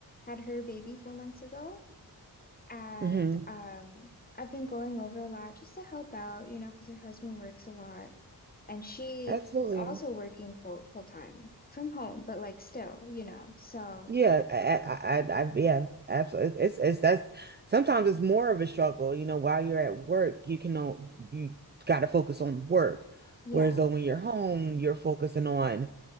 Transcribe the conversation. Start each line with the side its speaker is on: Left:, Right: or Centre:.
Left: had her baby four months ago. And
Right: hmm
Left: um, I've been going over a lot just to help out, you know, because her husband works a lot. And she
Right: Absolutely.
Left: is also working full full time from home, but like still, you know. So
Right: Yeah, I, I, I, I- yeah, absolutely. It's, it's, it's that's sometimes it's more of a struggle. You know, while you're at work, you can know you got to focus on work,
Left: yeah,
Right: whereas though when you're home, you're focusing on